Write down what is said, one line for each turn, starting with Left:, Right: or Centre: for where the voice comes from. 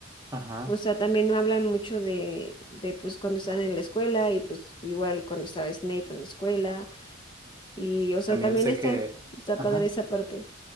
Right: Ajá.
Left: O sea, también no hablan mucho de, de pues cuando están en la escuela y pues igual cuando estaba Snape en la escuela y, o sea,
Right: También
Left: también
Right: sé
Left: está,
Right: que,
Left: está
Right: ajá.
Left: padre esa parte.